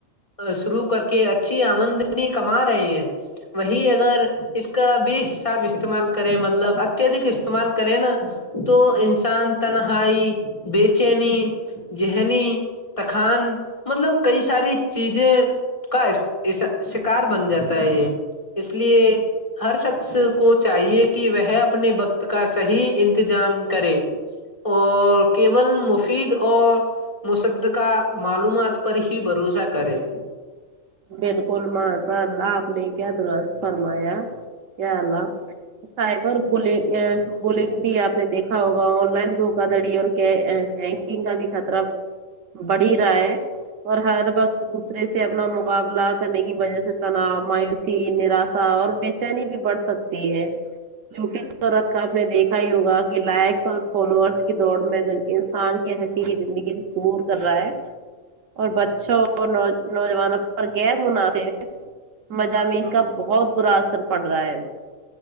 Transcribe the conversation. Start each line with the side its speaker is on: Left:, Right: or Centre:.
Left: شروع کر کے اچھی آمدنی کما رہے ہیں وہی اگر اس کا بے حساب استعمال کریں مطلب اتیہدک استعمال کریں نا تو انسان تنہائی بے چینی ذہنی تخان مطلب کئی ساری چیزیں کا شکار بن جاتا ہے یہ اس لیے ہر شخص کو چاہیے کہ وہ اپنے وقت کا صحیح انتجام کرے اور کیول مفید اور مصد کا معلومات پر ہی بھروسہ کرے
Right: بالکل ماشا اللہ آپ نے کیا دراز فرمایا کیا اللہ سائبر بولگ بولنگ بھی آپ نے دیکھا ہوگا آن لائن دھوکا دڑی اور کیا بکنگ کا بھی خطرہ بڑ ہی رہا ہے اور ہر وقت دوسرے سے اپنا مقابلہ کرنے کی وجہ سے تناؤ مایوسی نراشا اور بےچینی بھی بڑھ سکتی ہے ٹی رت کاپ نے دیکھا ہی ہوگا کہ لائکس اور فالوورس کی دوڑ میں ان کی حقیی زندگی سے دور کر رہا ہے اور بچوں اور نوجوانوں اور غیر مناسب مضامین کا بہت برا اثر پڑ رہا ہے